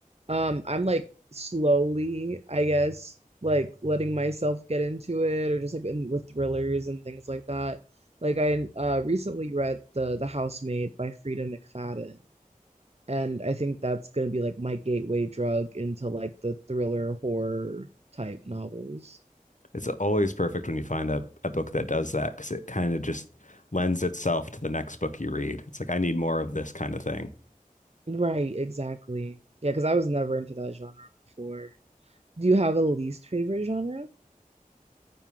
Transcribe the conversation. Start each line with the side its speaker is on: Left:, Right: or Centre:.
Right: Um, I'm like slowly, I guess, like letting myself get into it or just like in, with thrillers and things like that. Like I uh recently read The The Housemaid by Frida McFadden. And I think that's gonna be like my gateway drug into like the thriller horror type novels.
Left: It's always perfect when you find a, a book that does that because it kind of just lends itself to the next book you read. It's like, I need more of this kind of thing.
Right: Right, exactly. Yeah, because I was never into that genre before. Do you have a least favorite genre?